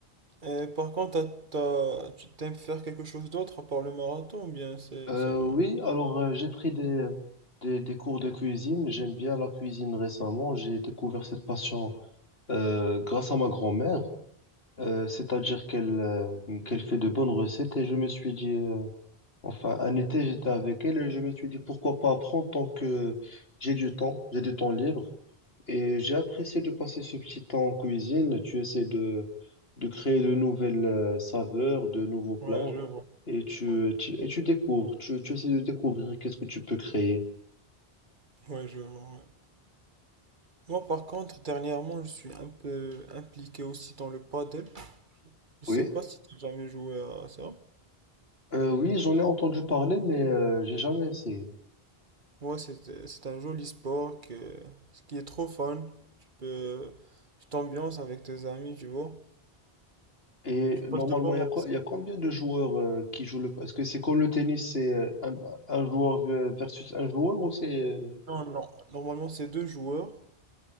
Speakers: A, on the right; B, on the left.
A: Et par contre, t'as- t'as- tu t'aimes faire quelque chose d'autre à part le marathon ou bien c'est
B: Euh,
A: seulement...
B: oui, alors euh, j'ai pris des, des, des cours de cuisine. J'aime bien la cuisine récemment. J'ai découvert cette passion euh, grâce à ma grand-mère. Euh, c'est-à-dire qu'elle euh, qu'elle fait de bonnes recettes et je me suis dit, euh, enfin un été j'étais avec elle et je me suis dit pourquoi pas apprendre tant que j'ai du temps, j'ai du temps libre et j'ai apprécié de passer ce petit temps en cuisine. Tu essaies de, de créer de nouvelles euh, saveurs, de nouveaux plats
A: Ouais, je vois.
B: et tu,
A: Ouais,
B: tu, et tu découvres, tu, tu essaies de découvrir qu'est-ce que tu peux créer.
A: ouais, je vois. ouais. Moi, par contre, dernièrement, je suis un peu impliqué aussi dans le paddle. Je sais
B: Oui,
A: pas si tu as jamais joué à ça.
B: Euh, oui j'en ai entendu parler mais euh, j'ai jamais essayé.
A: Ouais, c'est c'est un joli sport que, ce qui est trop fun. Tu peux, tu t'ambiances avec tes amis, tu vois.
B: Et
A: Tu
B: normalement,
A: passes de bons
B: il
A: moments.
B: y a, co- il y a combien de joueurs euh, qui jouent le... Est-ce que c'est comme le tennis, c'est euh, un, un joueur euh, versus un joueur ou c'est... euh,
A: Non, non. Normalement, c'est deux joueurs